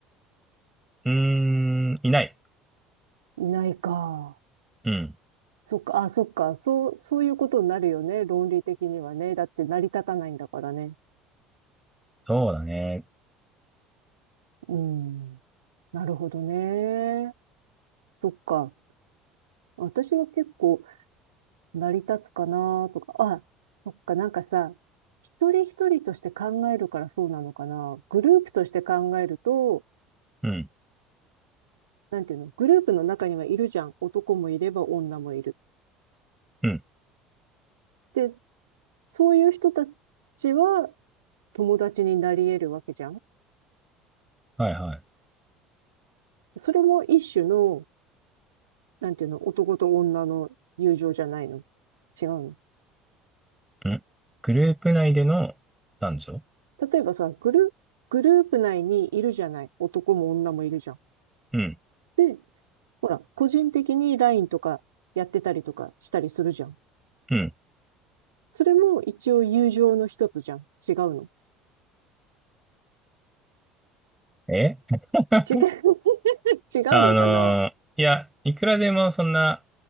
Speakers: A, in the centre; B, on the right (about 85°).
A: うーん、いない。
B: いないか。
A: うん。
B: そっか、あ、そっか。そう、そういうことになるよね。論理的にはね。だって成り立たないんだからね。
A: そうだね。
B: うん。なるほどね。そっか。私は結構、成り立つかなとか、あ、そっか、なんかさ、一人一人として考えるからそうなのかな。グループとして考えると、
A: うん。
B: なんていうの、グループの中にはいるじゃん。男もいれば女もいる。
A: うん。
B: で、そういう人たちは友達になり得るわけじゃん。
A: はいはい。
B: それも一種の、なんていうの、男と女の友情じゃないの。違うの。
A: うん。グループ内での男女。
B: 例えばさ、グル、グループ内にいるじゃない。男も女もいるじゃん。
A: うん。
B: で、ほら、個人的に LINE とかやってたりとかしたりするじゃん。
A: うん。
B: それも一応友情の一つじゃん。違うの。
A: え <laughs>
B: 違う、<laughs> 違うのかな
A: あのーいや、いくらでもそんな、